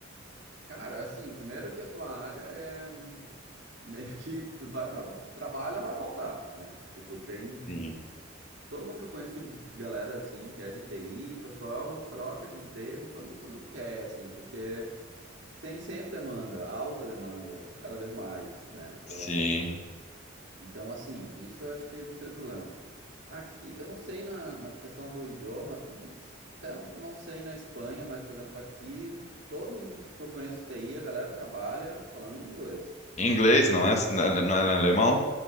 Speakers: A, on the right; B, on the left.
A: cara, assim, primeiro que a tua área é meio que tu vai tra trabalho não vai faltar, né? Tipo, tem
B: Sim,
A: todo mundo que eu conheço, galera assim, que é de TI, o pessoal troca de emprego quando quando quer, assim, porque Tem sempre demanda, alta demanda, e cada vez mais, né? Então,
B: sim.
A: então assim, isso eu acho que não seria problema. Aqui, eu não sei na, na questão do idioma, não- s- até não, não sei na Espanha, mas, por exemplo, aqui, todo mundo que eu conheço TI, a galera trabalha falando inglês.
B: Em Inglês, não
A: sabe?
B: é? Não é não é
A: É.
B: alemão?